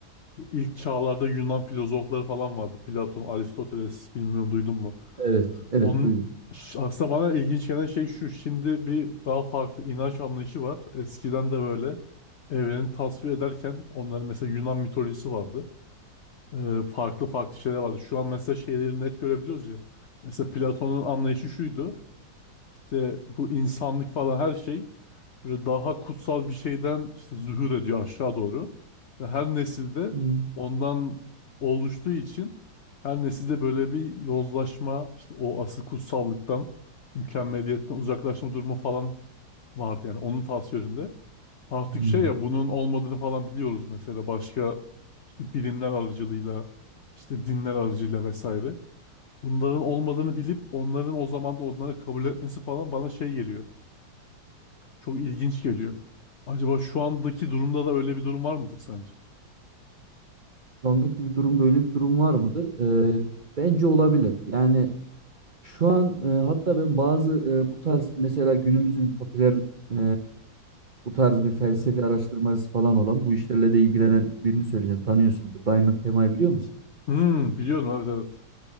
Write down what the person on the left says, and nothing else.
bu ilk çağlarda Yunan filozofları falan vardı. Platon, Aristoteles bilmiyorum duydun mu?
Onun
ş- aslında bana ilginç gelen şey şu. Şimdi bir daha farklı inanç anlayışı var. Eskiden de böyle evreni tasvir ederken onların mesela Yunan mitolojisi vardı. Ee, farklı farklı şeyler vardı. Şu an mesela şeyleri net görebiliyoruz ya. Mesela Platon'un anlayışı şuydu. İşte bu insanlık falan her şey böyle daha kutsal bir şeyden işte zuhur ediyor aşağı doğru. Ve her nesilde
ondan oluştuğu için her nesilde böyle bir yozlaşma, işte o asıl kutsallıktan, mükemmeliyetten uzaklaşma durumu falan vardı yani onun tasvirinde. Artık
şey ya bunun olmadığını falan biliyoruz mesela başka işte bilimler aracılığıyla, işte dinler aracılığıyla vesaire. Bunların olmadığını bilip onların o zaman da onları kabul etmesi falan bana şey geliyor. Çok ilginç geliyor. Acaba şu andaki durumda da öyle bir durum var mıdır sence?
Hmm, biliyorum evet evet.